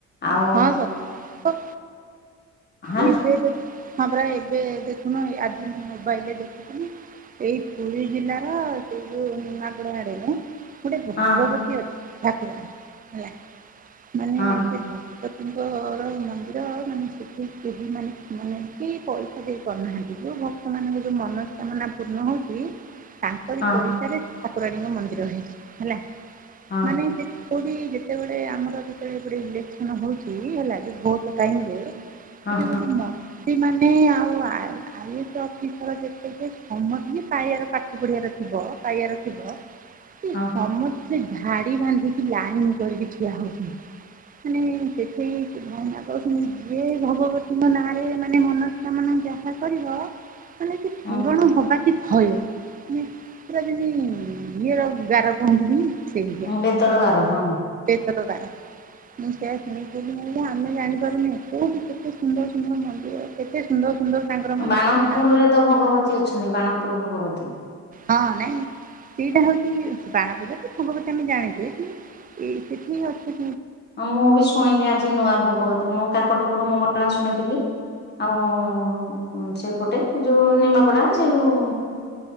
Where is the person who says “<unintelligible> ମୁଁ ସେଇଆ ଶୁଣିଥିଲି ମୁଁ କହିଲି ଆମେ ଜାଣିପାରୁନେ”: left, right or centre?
Right